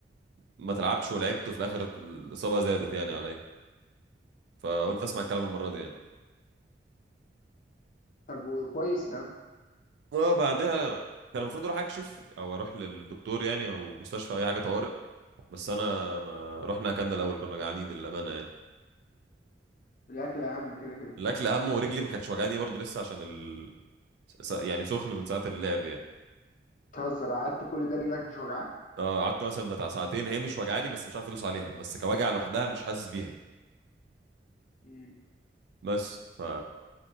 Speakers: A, on the right; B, on the left.
A: ما تلعبش ولعبت وفي الاخر الاصابة زادت يعني عليا فقلت اسمع
B: مم.
A: الكلام المرة دي يعني
B: طب وكويس يا عم
A: اه بعدها كان المفروض اروح اكشف او اروح للدكتور يعني او مستشفى او اي حاجة طوارئ بس انا ما رحنا اكلنا الاول كنا جعانين للأمانة يعني
B: الاكل اهم كده كده
A: الاكل اهم ورجلي ما كانتش وجعاني برضه لسه عشان ال... س- يعني سخن من ساعة اللعب يعني
B: تهزر قعدت كل ده رجلك مش وجعك
A: اه قعدت مثلا بتاع ساعتين هي مش وجعاني بس مش عارف ادوس عليها بس كوجع لوحدها مش حاسس بيها
B: مم.
A: بس ف